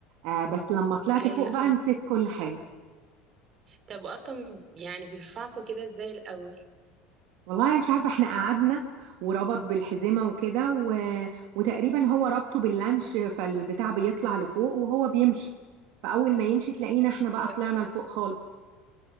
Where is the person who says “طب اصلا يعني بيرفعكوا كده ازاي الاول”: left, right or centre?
Right